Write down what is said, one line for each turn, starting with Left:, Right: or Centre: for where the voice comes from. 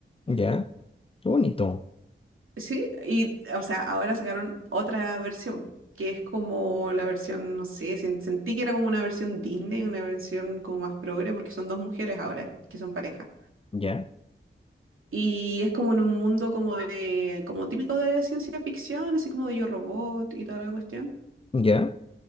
Left: Ya. Qué bonito.
Right: Sí, y o sea, ahora sacaron otra versión, que es como la versión, no sé, sen- sentí que era como una versión Disney, una versión como más progre, porque son dos mujeres ahora, que son pareja.
Left: Ya.
Right: Y es como en un mundo como de, como típico de ciencia ficción, así como de Yo Robot y toda la cuestión.
Left: Ya.